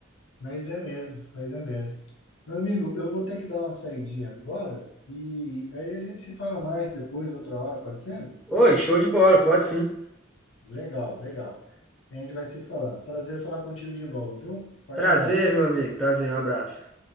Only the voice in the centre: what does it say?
Oi, show de bola, pode sim.
Prazer,
meu amigo, prazer, um abraço.